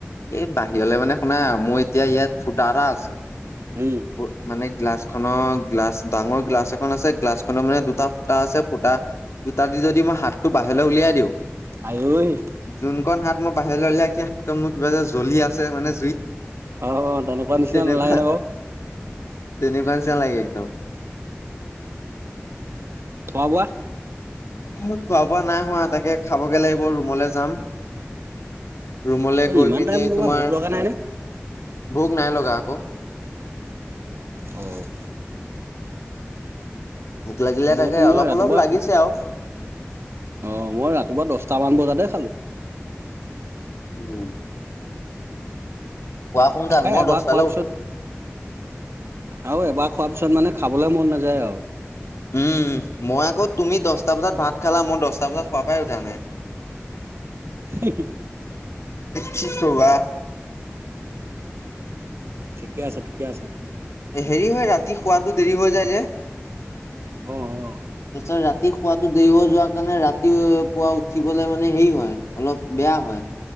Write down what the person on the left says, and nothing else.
এই বাহিৰলৈ মানে শুনা মোৰ এতিয়া ইয়াত ভুটা আছে।
মানে গ্লাছ খক গ্লাছ ডাঙৰ গিললা এ আছে গলাছখনৰ মানে দুটা ফুটা আছে ফুটা দুটা দি যদি মই হাতটো বাহি বা উলিয়াই দিওঁ
যোনখন হাত মোৰ বাহিৰলৈ উলালে স হাতখন মোৰ কিবা যে জ্বলি আছে মানে জুই
তেনেকুৱা
তেনেকুৱা চিনা লাগে একদম
খোৱা বোৱা নাই হোৱা তাকে খাবগে লাগিব ৰুমলৈ যাম ৰুমলৈ
গৈ
পিনি
তোমাৰ
ভূক নাই লগ গাক
ভোক লাগিলে
তাকে
অলপ
অলপ লাগিছে আৰু
উম কোৱা সোনকাল
মই
দহটালৈ
উঠাম
উম মই আকৌ তুমি দহটা বজাত ভাত খালা মই দহটা বজাত খোৱা পাই উঠা নাই
কি কবা
হেৰি হয় ৰাতি শোৱাতটো দেৰি হৈ যায় যে
তাৰপাছত ৰাতি শুৱাটো দেৰি হৈ যোৱা কাৰণে ৰাতি পুৱা উঠিবলে মানে হেৰি হয় অলপ বেয়া হয়।